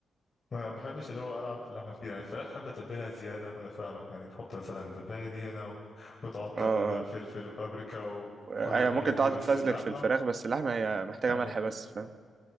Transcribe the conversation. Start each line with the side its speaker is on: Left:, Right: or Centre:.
Left: ما بحبش اللي هو العب في اللحمه كتير يعني الفراخ حابه تتبلها زياده انا فاهمك يعني تحط مثلا زبادي هنا و... وتقعد تتبل
Right: اه
Left: بقى فلفل وبابريكا وكل
Right: اه
Left: الحاجات
Right: هي ممكن تقعد
Left: دي بس
Right: تتفزلك
Left: اللحمه
Right: في الفراخ بس اللحمة هي محتاجة
Left: ايوه
Right: ملح بس فاهم